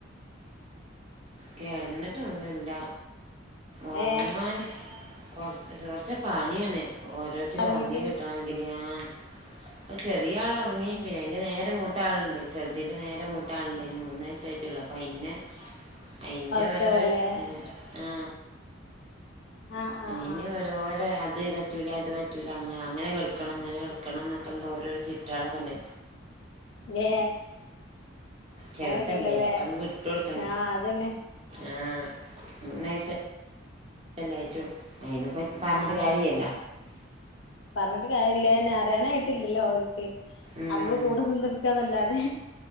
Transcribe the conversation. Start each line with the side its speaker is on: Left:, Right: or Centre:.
Right: കിടന്നിട്ടൊന്നുല്ല ഒറങ്ങാന്
Left: ഏ
Right: കൊ കുറച്ച പണിയാണ് ഓരോരുത്തര
Left: ഉറങ്ങിട്ടില്ല
Right: ഉറങ്ങി കിട്ടണെങ്കില് ആ അപ്പ ചെറിയാൾ ഉറങ്ങി പിന്നെ അതിൻന്റെ നേരെ മൂത്താളുണ്ട് ചെറുതിന്റെ നേരെ മൂത്ത ആളുണ്ടയ്ന് മൂന്ന് വയസായിട്ടുള്ളൂ അയിന്നെ അയിൻ്റെ
Left: ഉറക്കാവല്ലേ
Right: ഓരോരോ ഏ ആ
Left: ആഹ് ആഹ്
Right: അയിന്
Left: ആഹ്
Right: ഓരോരെ അത് പറ്റ് - റ്റൂല ഇത് പറ്റൂല അങ്ങ അങ്ങനെ കെടക്കണം ഇങ്ങനെ കെടക്കണം എന്നൊക്കെള്ള ഓരോ ചിട്ടകളൊക്കെ ഉണ്ട്
Left: ങ്ങ്ഏ
Right: ചെറുതല്ലേ
Left: അങ്ങനൊക്കെ ഇണ്ടല്ലേ
Right: അപ്പൊ അങ്ങട് വിട്ട് കൊടുക്കണം
Left: ആഹ അതന്നെ
Right: ആ നൈസാ ലൈറ്റിട്ടും അയിനിപ്പ പറഞ്ഞ്ട്ട്
Left: ആഹ്
Right: കാര്യല്ല
Left: പറഞ്ഞിട്ട് കാര്യല്ലന് അറിയാനായിട്ടില്ലല്ലോ ഓൽക്ക്
Right: ഉം
Left: നമ്മള് കൂടെ നിന്നൊട്ക്കാന്നല്ലാതെ